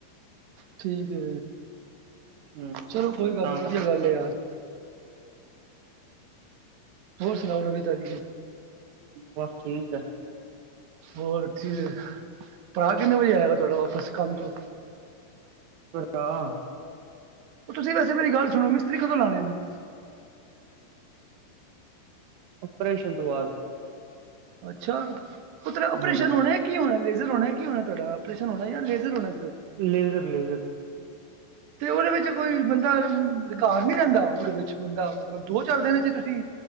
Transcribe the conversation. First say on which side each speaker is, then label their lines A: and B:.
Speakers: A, on the right; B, on the right.
A: ਠੀਕ ਏ
B: ਹੂੰ
A: ਚਲੋ ਕੋਈ ਗੱਲ
B: ਤਾਂ
A: ਨਹੀਂ
B: ਕਰਕੇ
A: ਵਧੀਆ ਗੱਲ ਏ ਯਾਰ। ਹੋਰ ਸੁਣਾਓ ਨਵੀ ਤਾਜੀ।
B: ਬਸ ਠੀਕ ਹੈ
A: ਹੋਰ ਠੀਕ ਏ ਭਰਾ ਕਿੰਨੇ ਵਜੇ ਆਏਗਾ ਤੁਹਾਡਾ ਵਾਪਸ ਕੰਮ ਤੋਂ।
B: <unintelligible> <unintelligible>
A: ਉਹ ਤੁਸੀਂ ਵੈਸੇ ਮੇਰੀ ਗੱਲ ਸੁਣੋ ਮਿਸਤਰੀ ਕਦੋਂ ਲਾਣੇ ਨੇ?
B: ਓਪਰੇਸ਼ਨ ਤੋਂ ਬਾਅਦ।
A: ਅੱਛਾ ਓ ਤੇਰਾ ਓਪਰੇਸ਼ਨ
B: ਹੂੰ
A: ਹੋਣਾ ਕੀ ਹੋਣਾ ਲੇਜ਼ਰ ਹੋਣਾ ਕੀ ਹੋਣਾ ਤੁਹਾਡਾ ਓਪਰੇਸ਼ਨ ਹੋਣਾ ਜਾਂ ਲੇਜ਼ਰ ਹੋਣਾ?
B: Laser laser.
A: ਤੇ ਓਹਦੇ ਵਿੱਚ ਕੋਈ ਬੰਦਾ ਘਾਰ ਨੀਂ ਰਹਿੰਦਾ ਓਹਦੇ ਵਿੱਚ ਬੰਦਾ ਮਤਲਬ ਦੋ ਚਾਰ ਦਿਨ ਤੁਸੀ